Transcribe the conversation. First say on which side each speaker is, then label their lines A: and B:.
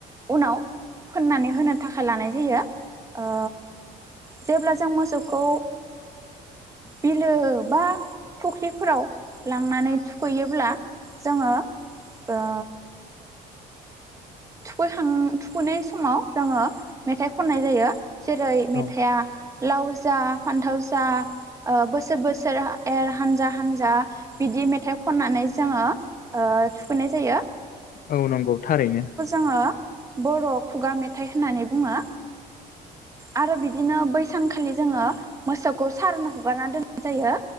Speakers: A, on the right; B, on the left.
A: उनाव फोननानै होनो थाखाय लानाय जायो ओ जेब्ला जों मोसौखौ बिलो बा फुख्रिफोराव लांनानै थुखैयोब्ला जोङो ओ थुखैखां थुखैनाय समाव जोङो मेथाइ खननाय जायो। जेरै मेथाइया
B: औ
A: लाव जा फान्थाव जा ओ बोसोर बोसोर एर हानजा हानजा बिदि मेथाइ खननानै जोङो ओ ओ थुखैनाय जायो।
B: औ नंगौ थारैनो।
A: ङो बर' खुगा मेथाइ होननानै बुङो। आरो बिदिनो बै सानखालि जोङो मोसौखौ सारोन हगारना दोननाय जायो।